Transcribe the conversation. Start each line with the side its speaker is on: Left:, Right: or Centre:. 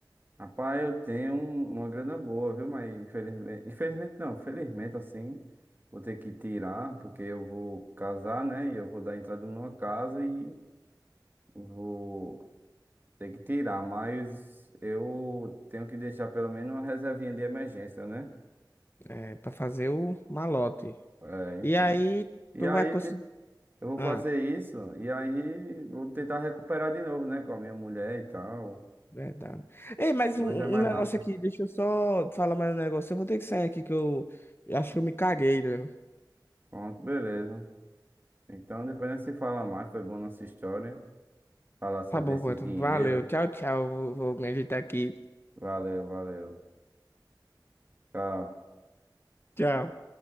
Right: Rapaz, eu tenho um- uma grana boa, viu? Mas infelizmente, infelizmente não, felizmente assim, vou ter que tirar, porque eu vou casar, né? E eu vou dar entrada numa casa e vou ter que tirar, mas eu tenho que deixar pelo menos uma reservinha de emergência, né?
Left: É, para fazer o malote.
Right: É,
Left: E
Right: então.
Left: aí
Right: E
Left: tu
Right: aí,
Left: vai conseguir.
Right: tipo, Eu vou
Left: Ah,
Right: fazer isso e aí vou tentar recuperar de novo, né? Com a minha mulher e tal.
Left: verdade. Ei, mas
Right: Dois
Left: um, um
Right: é mais
Left: negócio
Right: rápido.
Left: aqui, deixa eu só falar mais um negócio. Eu vou ter que sair aqui que eu eu acho que eu me caguei, né?
Right: Pronto, beleza. Então depois a gente se fala mais. Foi boa nossa história. Falar sobre
Left: Tá bom,
Right: esses
Left: mano.
Right: dinheiro.
Left: Valeu. Tchau, tchau. Vou, vou meditar aqui.
Right: Valeu, valeu. Tchau.
Left: Tchau.